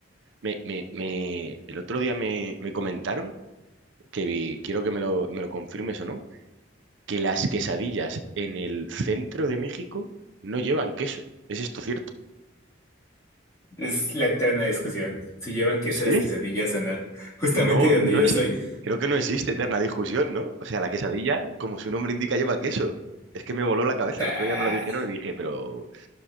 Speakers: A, on the right; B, on the left.
A: me, me- me- el otro día me, me comentaron que vi- quiero que me lo, me lo confirmes o no que las quesadillas en el centro de México no llevan queso. ¿Es esto cierto?
B: es la eterna discusión. Si llevan queso
A: Sí,
B: las quesadillas o no. Justamente
A: No,
B: de donde
A: no
B: yo
A: existe.
B: soy.
A: Creo que no existe eterna discusión, ¿no? O sea, la quesadilla, como su nombre indica, lleva queso. Es que me voló la cabeza.
B: Ah,
A: El otro día me lo dijeron y dije, pero